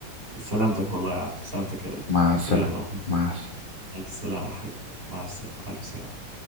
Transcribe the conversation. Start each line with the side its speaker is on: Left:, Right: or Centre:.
Right: سلامتك والله يا عبد سلامتك يا قلبي
Left: مع السلامة
Right: يلا
Left: مع السلامة
Right: مع السلامه يا حبيبي مع السلامه الف سلامه